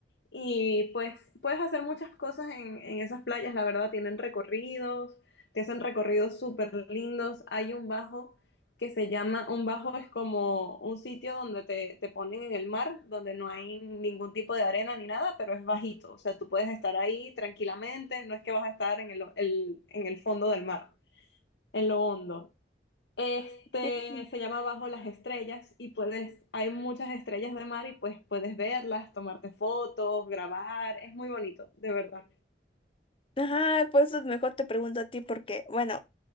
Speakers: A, on the left; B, on the left.
A: y pues puedes hacer muchas cosas en, en esas playas, la verdad, tienen recorridos, te hacen recorridos súper lindos. Hay un bajo que se llama, un bajo es como un sitio donde te, te ponen en el mar, donde no hay ningún tipo de arena ni nada, pero es bajito. O sea, tú puedes estar ahí tranquilamente, no es que vas a estar en el, el- en el fondo del mar, en lo hondo. Este
B: <laughs>
A: se llama Bajo las Estrellas y puedes, hay muchas estrellas de mar y pues puedes verlas, tomarte fotos, grabar, es muy bonito, de verdad.
B: Ajá, pues eso mejor te pregunto a ti porque, bueno,